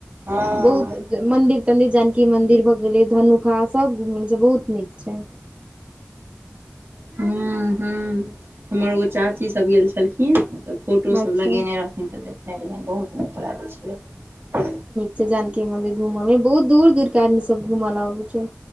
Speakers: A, on the right; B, on the right.
A: हँ
B: बहुत मंदिर तन्दिर जानकी मंदिर भऽ गेलै धनु। हां, सब घुम नैनैछैय बहुत नीक छैय।
A: हूं हूं हमर ओ चाची सब गेल छलखिन। फोटो सब
B: अच्छा
A: लगेने रहथिन तऽ देखने रहिये, बहुत नीक लाग इ छलै ‌
B: से जानकी मन्दिर घूमऽ में बहुत दूर-दूर के आदमी सब घूम ल आबै छैय।